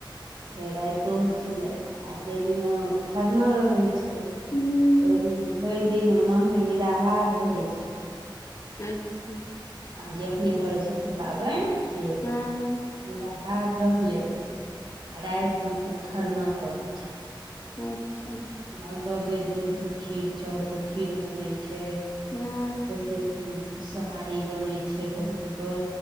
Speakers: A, on the right (about 60°); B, on the left (about 30°).
A: फेर राइतोमे खेलथि आ जय दिन खरना रहै छै
B: हूँ
A: ओइ दिन ओ भइर दिन ओनाही निराहार रहै छथिन।
B: अच्छा।
A: आ जे अपने करै छथिन पाबैन से निराहार
B: हँ
A: रहलैथ। आ राइत मे तहन खरना परै छथिन।
B: अच्छा
A: अगऽबे दूध में खीर चाउर क खीर बनै छै
B: हूं-
A: बहुते ठाम सोहारी बनै छै गहुम क।